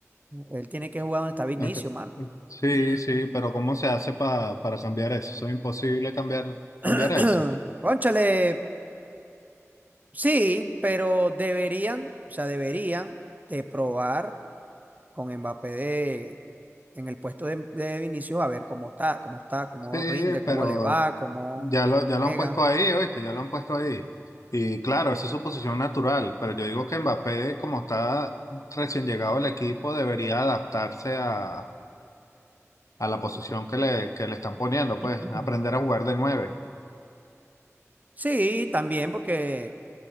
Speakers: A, on the right; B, on the left.
A: Él tiene que jugar donde está Vinicio,
B: Este-
A: mano.
B: Sí,
A: <clears throat>
B: sí, pero ¿cómo se hace pa- para cambiar eso? Eso es imposible cambiar, cambiar
A: <clears throat>
B: eso.
A: Cónchale, sí, pero deberían, o sea, deberían de probar con Mbappé de, en el puesto de, de Vinicius a ver cómo está, cómo está, cómo
B: Sí,
A: rinde, cómo
B: pero
A: le va, cómo
B: ya lo, ya lo
A: pega.
B: han puesto ahí, ¿oíste? Ya lo han puesto ahí. Y claro, esa es su posición natural, pero yo digo que Mbappé, como está recién llegado al equipo, debería adaptarse a, a la posición que le, que le están poniendo, pues,
A: Ujú.
B: aprender a jugar de nueve.
A: Sí, también porque